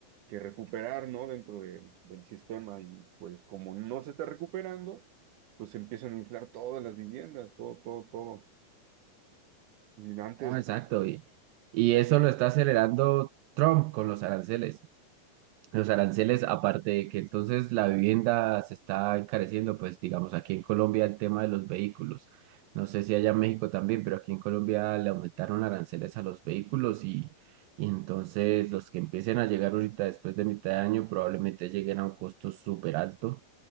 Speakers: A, on the right; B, on the right.
A: que recuperar, ¿no? Dentro de- del sistema y pues como no se está recuperando, pues se empiezan a inflar todas las viviendas, todo, todo, todo. Y antes...
B: Ah, exacto. Y, y eso lo está acelerando Trump con los aranceles. Los
A: sí,
B: aranceles, aparte de que entonces la vivienda se está encareciendo, pues digamos aquí en Colombia el tema de los vehículos. No sé si allá en México también, pero aquí en Colombia le aumentaron aranceles a los vehículos y, y entonces los que empiecen a llegar ahorita después de mitad de año probablemente lleguen a un costo súper alto,